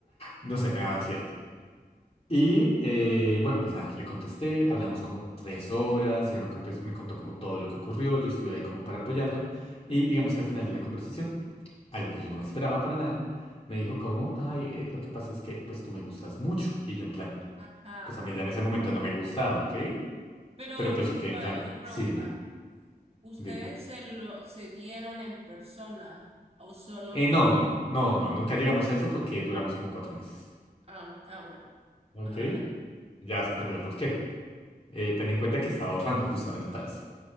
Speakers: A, on the left; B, on the right.
A: no sé, me daba ansiedad. Y eh, bueno, pues nada, le contesté, hablamos como tres horas, ella me contes- me contó como todo lo que ocurrió, yo estuve ahí como para apoyarla y digamos que al final de la conversación, algo que yo no me esperaba para nada, me dijo como, ay, eh, lo que pasa es que pues tú me gustas mucho y yo en plan,
B: Ajá.
A: pues a mí ya en ese momento no
B: ya.
A: me gustaba, ¿ok?
B: Pero,
A: Pero pues yo quedé
B: vaya,
A: en plan,
B: otra pregunta.
A: sí, dime,
B: ¿Ustedes
A: dime.
B: se lo se vieron en persona o solo
A: Eh,
B: fue
A: no, no,
B: como...
A: no, nunca llegamos a eso porque duramos como cuatro meses,
B: Ah, ah, bueno. <laughs>
A: ¿ok?
B: Ajá,
A: Ya vas a entender
B: ajá.
A: por qué. Eh, ten en cuenta que estaba ahorrando justamente para eso.